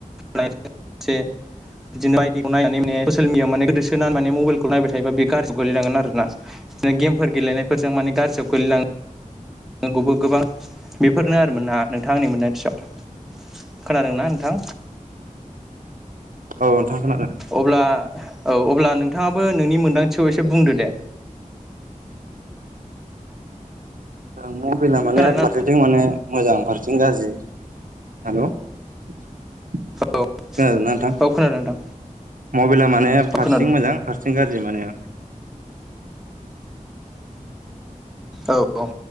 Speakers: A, in the centre; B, on the right.
A: बिदिनो बाइदिखौ नायनानै माने ससेल मिडियाआव माने गोदोसोनानै माने मबाइल खौ नायबाय थायोबा बे गाज्रि गोलैनांगोन आरो ना गेमफोर गेलेनायफोरजों माने गाज्रियाव गोगलैनाङो नंगौबो गोबां बेफोरनो आरो मोन ना नोंथां आंनि मोन्दांथियाव खोनादोंना नोंथां
B: औ नोंथां खोनादों
A: अब्ला औ अब्ला नोंथाङाबो नोंनि मोन्दांथियाव एसे बुंदो दे
B: ओ मबाइला माने
A: खोनादोंना
B: फारसेथिं माने मोजां फारथिं गाज्रि हेल' खोनादोंना
A: औ
B: नोंथां
A: औ खोनादों नोंथां
B: मबाइला माने
A: औ
B: फारससिं
A: खोनादों
B: मोजां फारसेथिं गाज्रि माने
A: औ औ